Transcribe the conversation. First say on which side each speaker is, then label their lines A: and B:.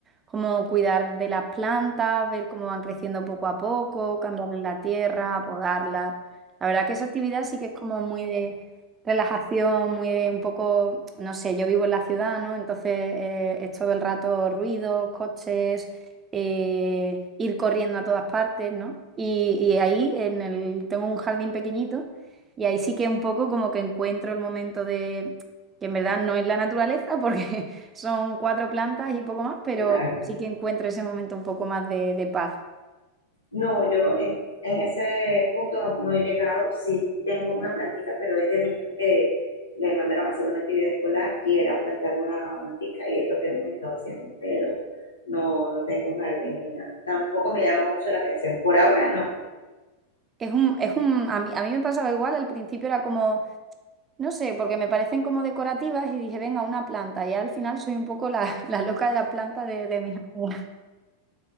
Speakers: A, on the right; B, on the left.
A: Como cuidar de las plantas, ver cómo van creciendo poco a poco, cambiarles la tierra, podarlas. La verdad que esa actividad sí que es como muy de relajación, muy de un poco, no sé, yo vivo en la ciudad, ¿no? Entonces eh, es todo el rato ruidos, coches, eh, ir corriendo a todas partes, ¿no? Y, y ahí en el, tengo un jardín pequeñito. Y ahí sí que un poco como que encuentro el momento de, que en verdad no es la naturaleza, porque <laughs> son cuatro plantas y poco más, pero
B: Claro.
A: sí que encuentro ese momento un poco más de, de paz.
B: No, yo en, en ese punto no, no he llegado. Sí tengo una plantica, pero es de mi hijo que le mandaron a hacer una actividad escolar y era plantar una matica y es lo que hemos estado haciendo, pero no, no tengo un jardín ni nada. Tampoco me llama mucho la atención. Por ahora no.
A: Es un, es un, a mí, a mí me pasaba igual, al principio era como, no sé, porque me parecen como decorativas y dije, venga, una planta, y al final soy un poco la, <laughs> la loca de la planta de, de mis amigas.